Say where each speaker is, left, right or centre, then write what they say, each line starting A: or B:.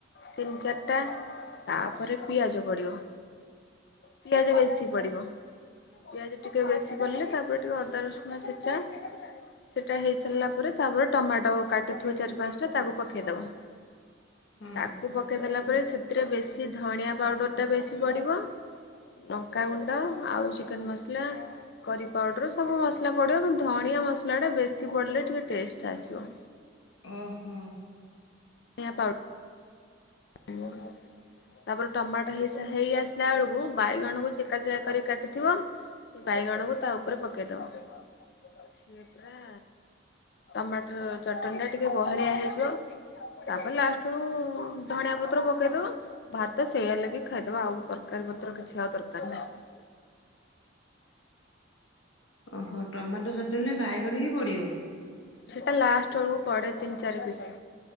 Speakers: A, on the left; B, on the left.
A: ତିନି ଚାରିଟା, ତାପରେ ପିଆଜ ପଡ଼ିବ। ପିଆଜ ବେଶୀ ପଡିବ। ପିଆଜ ଟିକେ ବେଶି ପିଡିଲେ ତାପରେ ଟିକେ ଅଦା ରସୁଣ ଛେଚା ସେଇଟା ହେଇ ସାରିଲା ପରେ ତାପରେ ଟମାଟୋ କାଟିଥିବ ଚାରି ପାଞ୍ଚଟା ତାକୁ ପକେଇଦବ।
B: ହଁ
A: ତାକୁ ପକେଇଦଲା ପରେ ସେଥିରେ ବେଶୀ ଧଣିଆ ପାଉଡର ଟା ବେଶୀ ପଡିବ। ଲଙ୍କାଗୁଣ୍ଡ ଆଉ, ଚିକେନ ମସଲା। କରି ପାଉଡ଼ର, ସବୁ ମସଲା ପଡ଼ିବ, କିନ୍ତୁ ଧଣିଆ ମସଲା ଟା ବେଶୀ ପଡ଼ିଲେ ଟିକେ ଟେଷ୍ଟ ଆସିବ।
B: ଅହ।
A: ଣିଆ ପାଉ <inaudible> ତାପରେ ଟମାଟୋ ହେଇ ସା ହେଇ ଆସିଲା ବେଳକୁ ବାଇଗଣକୁ ଚେକା ଚେକା କରି କାଟିଥିବ। ସେ ବାଇଗଣକୁ ତା ଉପରେ ପକେଇ ଦବ ସିଏ ପୁରା ଟମାଟର ଚଟଣିଟା ଟିକେ ବହଳିଆ ହେଇଯିବ ତାପରେ ଲାଷ୍ଟଅଳୁ ଧଣିଆ ପତ୍ର ପକେଇଦବ ଭାତ ସେଇଆ ଲଗେଇ ଖାଇଦବ ଆଉ ତରକାରୀ ପତ୍ର କିଛି ଆଉ ଦରକାର ନାହିଁ।
B: ଓହୋ ଟମାଟୋ ଚଟଣି ରେ ବାଇଗଣ ବି ପଡିବ?
A: ସେଟା ଲାଷ୍ଟ ଅଳୁକୁ ପଡେ ତିନି ଚାରି ପିସ୍‌।